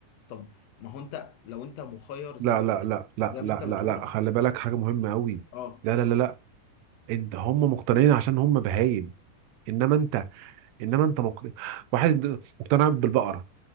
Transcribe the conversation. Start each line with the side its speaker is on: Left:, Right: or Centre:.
Left: طب ما هو انت لو انت مخير زي
Right: لا
Left: ما
Right: لا
Left: انت
Right: لا لا
Left: زي ما
Right: لا
Left: انت بتقول
Right: لا لا خلي بالك حاجة مهمة قوي
Left: اه
Right: لا لا لا لا انت هم مقتنعين عشان هم بهايم انما انت انما انت مقتنع واحد مقتنع بالبقرة